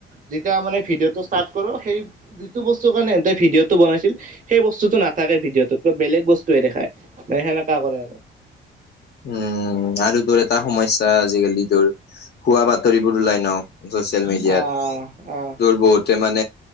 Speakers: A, on the right; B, on the left.
A: যেতিয়া মানে ভিডিঅ'টো ষ্টাৰ্ট কৰো সেই যিটো বস্তু কাৰণেহতে ভডিঅ'টো বনাইছিল সেই বস্তুতটো নাথাকে ভিডিঅ'টোত। কিবা বেলেগ বস্তুৱে দেখাই। সেনেকা কৰে আৰু
B: <unintelligible> উম আৰু তোৰ এটা সমস্য আজিকালি তোৰ ভুৱা বাতৰিবোৰ ওলাই ন। চচিয়েল মিডিয়াত।
A: আহ আহ
B: দৰ বহুতে মান